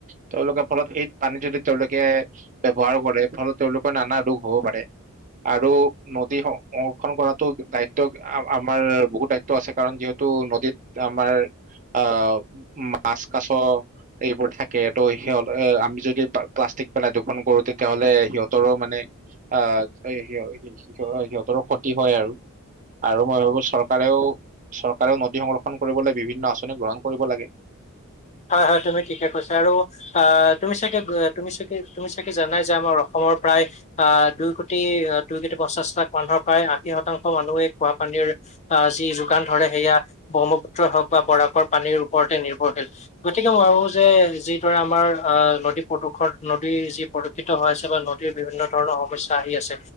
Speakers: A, on the right (about 35°); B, on the left (about 30°).
A: তেওঁলোকে ফলত এইত পানী যদি তেওঁলোকে ব্যৱহাৰ কৰে, ফলত তেওঁলোকৰ নানা ৰোগ হ'ব পাৰে। আৰু নদী সং সংৰক্ষন কৰাতো দায়িত্ব আ - আমাৰ বহুত দায়িত্ব আছে কাৰণ যিহেতু টো নদীত আমাৰ আ মাছ কাছ এইবোৰ থাকে ত' সিহঁত এ আমি যদি পা - প্লাষ্টিক পেলাই দিও ফোন কৰোঁ, তেতিয়াহলে সিহঁতৰো মানে আ, <unintelligible> সিহঁতৰো ক্ষতি হয় আৰু আৰু মই ভাবো চৰকাৰেও চৰ কাৰণ নদী সংৰক্ষণ কৰিবলৈ বিভিন্ন আঁচনি গ্ৰহণ কৰিব লাগে।
B: হয় হয়, তুমি ঠিকে কৈছা আৰু অ' তুমি চাগে গ তুমি চাগে তুমি চাগে জানাই যে আমাৰ অসম মৰ‌ প্ৰায় আ দুই কোটি, দুই কোটি পঞ্চাছ লাখ মানুহৰ প্ৰায় আশী শতাংশ মানুহে খোৱা পানীৰ আ যি যোগান ধৰে, সেয়া ব্ৰহ্মপুত্ৰই হওক বা বৰাকৰ পানীৰ ওপৰতে নিৰ্ভৰশীল। গতিকে মই ভাবোঁ যে যিদৰে আমাৰ অ নদী প্ৰদূষণ নদী যি প্ৰদূষিত হৈ আছে বা ন বিভিন্ন ধৰণৰ সমস্যা আহি আছে